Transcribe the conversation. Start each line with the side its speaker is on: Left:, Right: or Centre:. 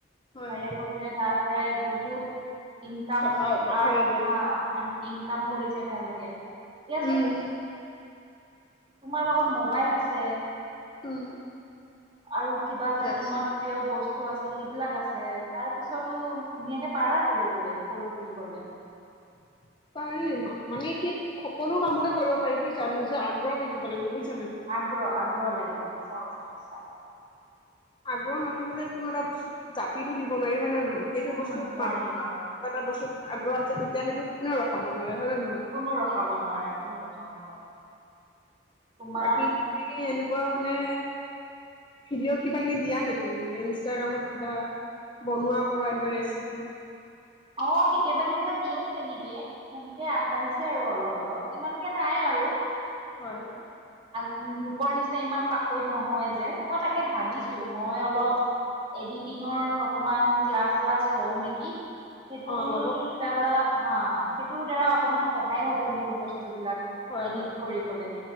Left: হয়
Right: ভাইৰেল হৈ পিনে তাৰ পৰাই বহুত ইনকাম
Left: টকা
Right: আৰ্ট
Left: হয় দিয়ক
Right: হা আন ইনকাম কৰিছে তেওঁলোকে দিয়াচোন
Left: উম
Right: তোমাৰ লগত মোবাইল আছে
Left: উম
Right: আৰু কিবা যদি
Left: আছে
Right: তোমাৰ প্ৰিয় বস্তু টো আছে সেইবিলাক আছে তাৰ পিছতো ধুনীয়াকে পাৰা কৰিবলে কৰোঁ বুলি কলে
Left: <unintelligible> পাৰি মা মানে কি সকলো কামতে কৰিব পাৰি বুজিছা নিজৰ আগ্ৰহ থাকিব লাগিব বুজ
Right: আগ্ৰহ আগ্ৰহ লাগিব সঁচা কৈছা সচা
Left: আগ্ৰহ নাথাকিলে কোনো এটা বস্তু জাপিতো দিব নোৱাৰিব হয় নে নহয় সেইটো
Right: উম
Left: বস্তুত
Right: নোৱাৰি
Left: মানুহৰ
Right: নোৱাৰি
Left: কিবা এটা বস্তুত আগ্ৰহ আছে তেতিয়া সেইটো কোনে ৰখাব নোৱাৰে হয় নে নহয়
Right: কোনো ৰখাব নোৱাৰে কোনো ৰখাব নোৱাৰে তোমাৰ
Left: বাকী তাকে এনেকুৱা মানে ভিডিঅ' কিবা কিবি দিয়া নেকি মানে ইনষ্টাগ্ৰামত কিবা বনোৱা কৰা এনেকুৱা ৰেচিপি
Right: অ কেতিয়াবা কেতিয়াবা দিও তেনেকে সেনেকে আগবাঢ়িছে আৰু অলপ অলপ ইমানকে নাই আৰু
Left: হয়
Right: উম লোকৰ নিচিনা ইমান পাকৈত নহয় যে মই তাকে ভাবিছো মই অলপ এডিটিঙৰ অকমান ক্লাছ শ্লাছ লও নেকি সেইটোৰ
Left: অ ল'ব
Right: দ্বাৰা হা সেইটোৰ দ্বাৰা অকমান সহায় হ'ব মোৰ বচ টো বিলাক
Left: হয়
Right: এদিট
Left: হয়
Right: কৰিবলে